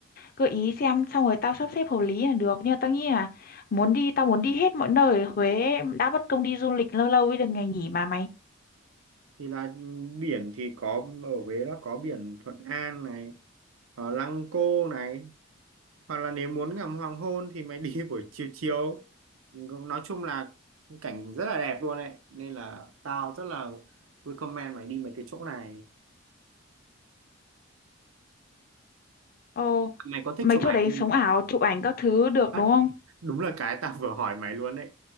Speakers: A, on the left; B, on the right.
A: gợi ý xem xong rồi tao sắp xếp hợp lý là được. Nhưng mà tao nghĩ là muốn đi, tao muốn đi hết mọi nơi ở Huế đã bất công đi du lịch lâu lâu mới được ngày nghỉ mà mày.
B: thì là biển thì có ở Huế đó có biển Thuận An này ở Lăng Cô này hoặc là nếu muốn ngắm hoàng hôn thì mày đi <laughs> buổi chiều chiều nói chung là cảnh rất là đẹp luôn đấy nên là tao rất là recommend mày đi mấy cái chỗ này
A: Ồ,
B: mày có thích
A: mấy
B: chụp
A: chỗ
B: ảnh
A: đấy
B: không
A: sống
B: nhỉ?
A: ảo, chụp ảnh các thứ được
B: à,
A: đúng không?
B: <laughs> đúng là cái tao vừa hỏi mày luôn đấy